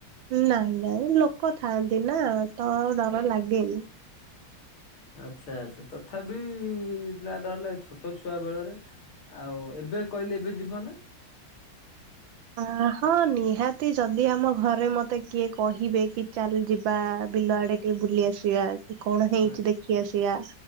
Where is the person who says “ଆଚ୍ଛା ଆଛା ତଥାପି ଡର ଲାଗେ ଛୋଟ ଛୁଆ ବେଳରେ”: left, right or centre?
Left